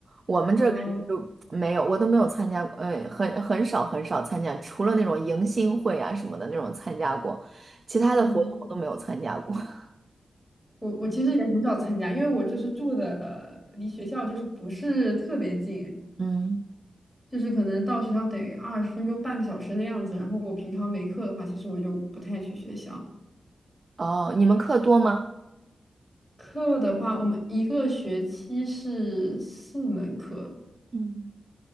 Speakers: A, on the right; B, in the centre.
A: 我们这儿感觉就没有，
B: 嗯、
A: 我都没有参加过，呃，很很少很少参加，除了那种迎新会啊什么的那种参加过，其他的活动我都没有参加过。
B: 嗯、
A: <laughs>
B: 我我其实也很少参加，因为我就是住的离学校就是不是特别近，
A: 嗯，
B: 就是可能到学校得二十分钟、半个小时的样子。然后我平常没课的话，其实我就不太去学校。
A: 哦，你们课多吗？
B: 课的话，我们一个学期是四门课，
A: 嗯，